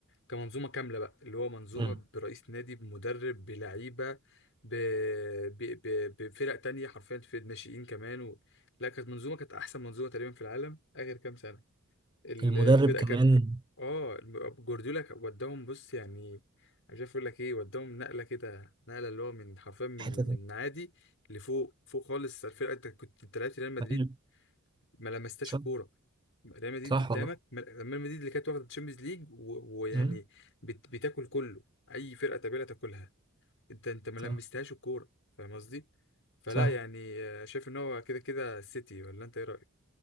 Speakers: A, on the left (about 60°); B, on the right (about 20°).
A: كمنظومة كاملة بقى اللي هو منظومة
B: امم
A: برئيس نادي بمدرب بلعيبة ب... ب... ب... بفرق تانية حرفيا في الناشئين كمان و... لا كانت منظومة كانت أحسن منظومة تقريبا في العالم آخر كام سنة ال-
B: المدرب
A: الفرقه
B: كمان
A: كانت اه الم- جوارديولا كان وداهم بص يعني مش عارف اقول لك ايه وداهم نقله كده نقله اللي هو من حرفيا من
B: حتة تانية.
A: من عادي لفوق فوق خالص الفرقه انت كنت انت لعبت ريال مدريد
B: أيوة،
A: ما لمستهاش
B: صح
A: كوره ريال مدريد
B: صح
A: قدامك
B: والله
A: ما- ريال مدريد اللي كانت واخده تشامبيونز ليج و- ويعني
B: مم.
A: بت- بتاكل كله اي فرقه تقابلها تاكلها انت انت ما لمستهاش
B: صح
A: الكوره فاهم قصدي فلا
B: صح
A: يعني آه، شايف ان هو كده كده السيتي ولا انت ايه رايك